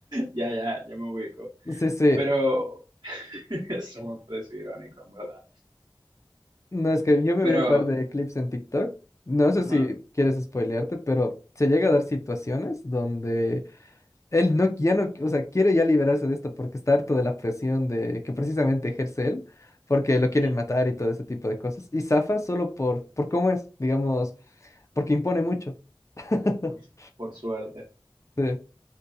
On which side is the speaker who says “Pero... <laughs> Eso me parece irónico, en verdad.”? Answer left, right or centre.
Right